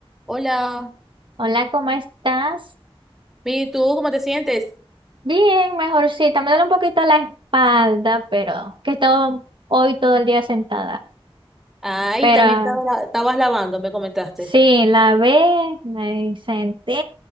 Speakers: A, in the centre; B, on the right.
A: Hola,
B: Hola, ¿cómo estás?
A: bien, ¿y tú cómo te sientes?
B: Bien, mejorcita. Me duele un poquito la espalda, pero que he estado hoy todo el día sentada.
A: Ay,
B: Pero
A: también
B: ah,
A: estaba la- estabas lavando, me comentaste.
B: sí, la ve, me senté,